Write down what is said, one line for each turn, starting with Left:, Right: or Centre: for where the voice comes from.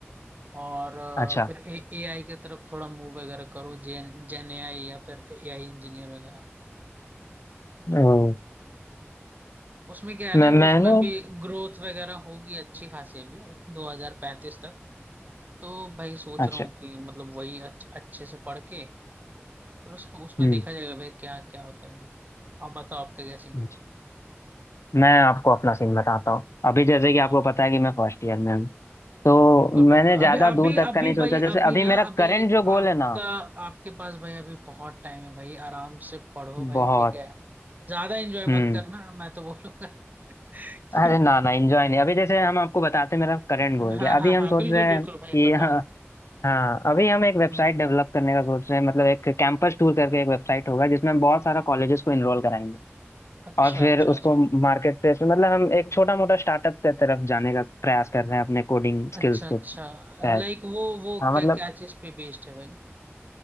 Right: और अ,
Left: अच्छा
Right: फिर ए आई की तरफ थोड़ा मूव वगैरह करो जेन जेन ए आई या फिर ए आई इंजीनियर वगैरह
Left: ओ,
Right: उसमें क्या है
Left: मैं
Right: ना कि
Left: मैंने
Right: उसमें भी ग्रोथ वगैरह होगी अच्छी खासी अभी 2035 तक तो भाई सोच
Left: अच्छा
Right: रहा हूँ कि मतलब वही अच्छ, अच्छे से पढ़ के फिर उसको उसमें
Left: हम्म
Right: देखा जाएगा भाई क्या क्या होता है भाई आप बताओ आपका क्या सीन है
Left: अच्छा मैं आपको अपना सीन बताता हूँ अभी जैसे कि
Right: हाँ
Left: आपको पता है कि मैं फर्स्ट ईयर में हूँ तो
Right: बिल्कुल बिल्कुल
Left: मैंने ज्यादा
Right: अभी अभी
Left: दूर तक
Right: अभी
Left: का नहीं सोचा
Right: भाई
Left: जैसे
Right: अभी
Left: अभी
Right: ना
Left: मेरा
Right: अभी
Left: करंट जो गोल
Right: आपका
Left: है ना
Right: आपके पास भाई अभी बहुत टाइम है भाई आराम से पढ़ो भाई
Left: बहुत
Right: ठीक है ज्यादा एंजॉय
Left: हम्म
Right: मत करना मैं तो बोलूंगा
Left: अरे
Right: कि
Left: ना ना एंजॉय नहीं अभी जैसे हम आपको बताते हैं मेरा करंट गोल
Right: हाँ
Left: क्या है।
Right: हाँ
Left: अभी हम
Right: हाँ
Left: सोच
Right: बिल्कुल
Left: रहे
Right: बिल्कुल
Left: हैं कि
Right: भाई बताओ
Left: <laughs> हाँ अभी हम एक वेबसाइट
Right: हम्म,
Left: डेवलप करने का सोच रहे हैं मतलब एक कैंपस टूर करके एक वेबसाइट होगा जिसमें हम बहुत सारा कॉलेजेस को इनरोल कराएंगे
Right: अच्छा
Left: और फिर
Right: अच्छा
Left: उसको
Right: अच्छा
Left: मार्केट प्लेस में मतलब हम एक छोटा मोटा स्टार्टअप की तरफ जाने का प्रयास कर रहे हैं अपने कोडिंग स्किल्स
Right: अच्छा अच्छा
Left: के तहत
Right: लाइक वो वो
Left: हाँ
Right: क्या
Left: मतलब
Right: क्या चीज पे बेस्ड है भाई